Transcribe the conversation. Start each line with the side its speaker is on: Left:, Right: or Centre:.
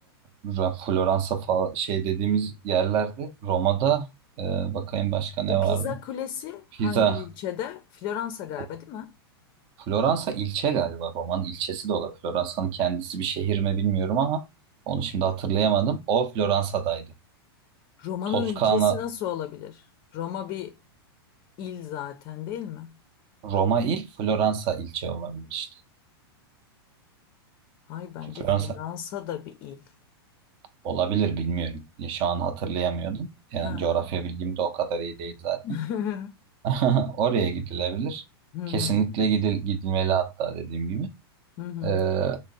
Right: Ra- Floransa falan şey dediğimiz yerlerde Roma'da e, bakayım başka ne
Left: Bu
Right: vardı?
Left: Pisa Kulesi
Right: Pisa.
Left: hangi ilçede? Floransa galiba
Right: F-
Left: değil mi?
Right: Floransa ilçe galiba. Roma'nın ilçesi de olabilir. Floransa'nın kendisi bir şehir mi bilmiyorum ama onu şimdi hatırlayamadım. O Floransa'daydı.
Left: Roma'nın
Right: Toskana
Left: ilçesi nasıl olabilir? Roma bir il zaten değil mi?
Right: Roma il, Floransa ilçe olabilir işte.
Left: Hayır bence
Right: Floransa
Left: Floransa da bir il.
Right: olabilir bilmiyorum. Ya Şu an hatırlayamıyordum. Yani
Left: Hı hı.
Right: coğrafya bilgim de o kadar iyi değil zaten.
Left: <laughs>
Right: <laughs> Oraya gidilebilir.
Left: Hı hı.
Right: Kesinlikle gidil gidilmeli hatta dediğim gibi.
Left: Hı hı.
Right: Ee,